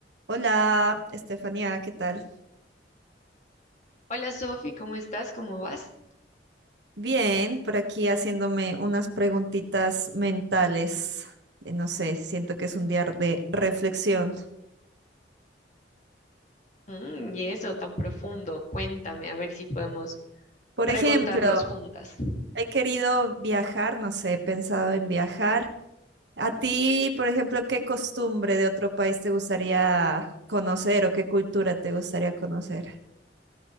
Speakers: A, on the right; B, on the left.
A: Hola, Estefanía, ¿qué tal?
B: Hola Sofi, ¿cómo estás? ¿Cómo vas?
A: Bien, por aquí haciéndome unas preguntitas mentales. Eh, No sé, siento que es un día de reflexión.
B: Mm, y eso tan profundo, cuéntame a ver si podemos
A: Por
B: preguntarnos
A: ejemplo,
B: juntas.
A: he querido viajar, no sé, he pensado en viajar. A ti, por ejemplo, ¿qué costumbre de otro país te gustaría conocer o qué cultura te gustaría conocer?